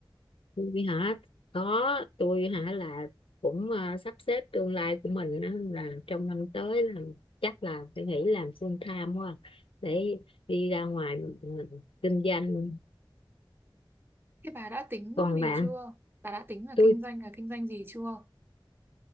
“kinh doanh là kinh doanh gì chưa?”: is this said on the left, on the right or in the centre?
Right